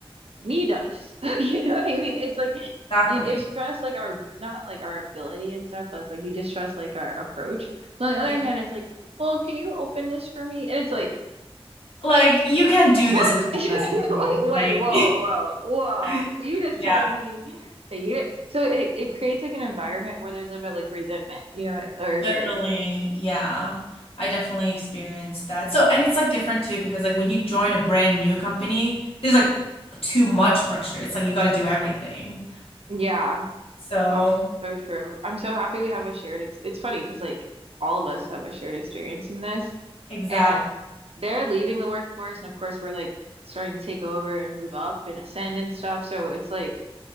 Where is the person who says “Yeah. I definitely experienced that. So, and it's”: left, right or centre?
Left